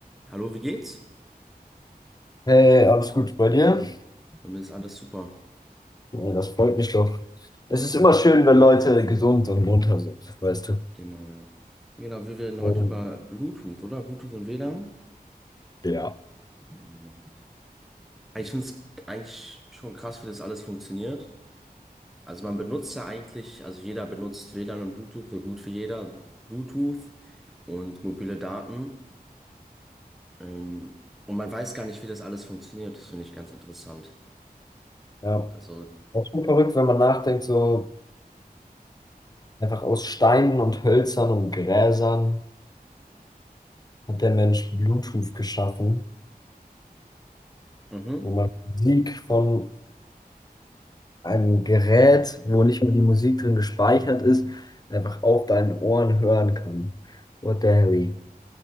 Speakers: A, in the centre; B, on the left (about 25°).
A: Hallo, wie geht's?
B: Hey, alles gut bei dir?
A: Bei mir ist alles super.
B: Ja, das freut mich doch. Es ist immer schön, wenn Leute gesund und munter sind, weißt du.
A: Genau, ja. Genau, wir reden
B: Und
A: heute über Bluetooth, oder? Bluetooth und WLAN?
B: Ja.
A: Ja, genau. Ich finde es eigentlich schon krass, wie das alles funktioniert. Also man benutzt ja eigentlich, also jeder benutzt WLAN und Bluetooth, so gut wie jeder, Bl- Bluetooth und mobile Daten. Ähm, und man weiß gar nicht, wie das alles funktioniert. Das finde ich ganz interessant.
B: ja,
A: Also,
B: auch schon verrückt, wenn man nachdenkt, so einfach aus Steinen und Hölzern und Gräsern hat der Mensch Bluetooth geschaffen,
A: mhm,
B: wo man Musik von einem Gerät, wo nicht mehr die Musik drin gespeichert ist, einfach auf deinen Ohren hören kann. What the hell?